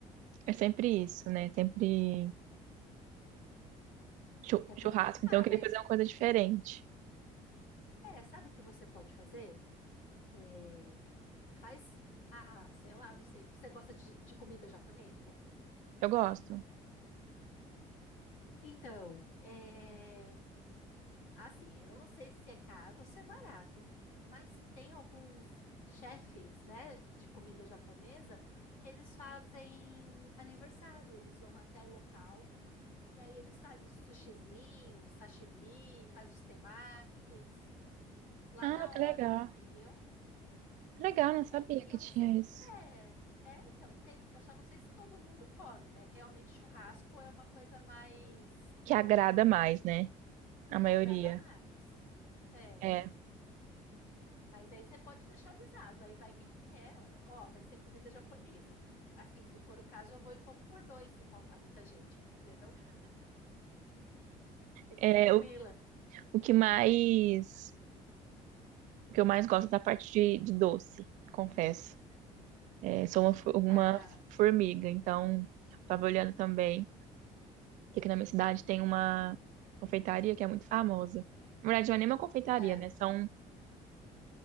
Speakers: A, on the right; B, on the left.
A: é sempre isso, né? Sempre chu-
B: Sempre.
A: churrasco.
B: Ah,
A: Então, eu queria
B: mas
A: fazer uma coisa diferente.
B: é, sabe o que você pode fazer? É, faz, ah, sei lá, não sei, se você gosta de, de comida japonesa.
A: Eu gosto.
B: Então, é. Assim, eu não sei se é caro ou se é barato, mas tem alguns chefes, né, de comida japonesa que eles fazem aniversário, eles vão até o local e aí eles fazem sushizinhos, sashimi, faz os temakis lá
A: Ah,
B: na
A: que legal.
B: hora, entendeu?
A: Que legal, não sabia
B: É que
A: que
B: eu
A: tinha
B: não sei,
A: isso.
B: é, é então, tem, eu só não sei se todo mundo come, né? Realmente churrasco é uma coisa mais
A: Que agrada mais, né? A maioria.
B: me agrada mais. É.
A: É.
B: Hum, Mas aí você pode deixar avisado, aí vai quem quer, ora, ó, vai ser comida japonesa. Assim, se for o caso, eu vou e como por dois, se faltar muita gente, entendeu? Fica
A: É
B: tranquila.
A: o, o que mais. O que eu mais gosto é da parte de, de doce, confesso. É, sou uma, fo- uma
B: Ah,
A: formiga, então tava olhando também que aqui na minha cidade tem uma confeitaria que é muito famosa. Na verdade, não é nem uma confeitaria,
B: é,
A: né? São